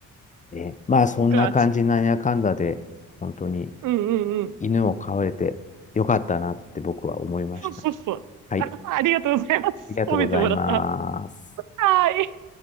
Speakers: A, on the left (about 25°); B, on the right (about 70°).
A: で、まあ、そんな感じ、
B: か。
A: なんやかんだで、本当に
B: うん、うん、うん。
A: 犬を飼われてよかったなって僕は思いました。
B: そうそうそう。
A: はい。
B: あ、
A: あ
B: ありがとうございます。
A: りがとうございます。
B: 褒めてもらった。はーい。